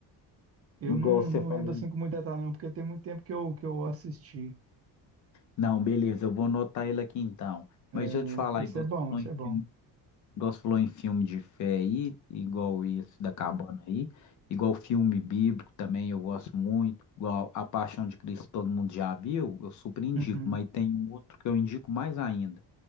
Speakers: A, on the right; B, on the left.
A: Eu
B: Igual
A: não,
B: você
A: não
B: falou.
A: lembro assim com muito detalhe não, porque tem muito tempo que eu, que eu assisti.
B: Não, beleza, eu vou anotar ele aqui então.
A: É,
B: Mas deixa eu te falar,
A: esse
B: igual
A: é bom,
B: você falou
A: esse
B: em
A: é bom.
B: filme Igual você falou em filme de fé aí, igual esse da cabana aí, igual filme bíblico também eu gosto muito, igual A Paixão de Cristo todo mundo já viu, eu super indico,
A: Uhum.
B: mas tem um outro que eu indico mais ainda.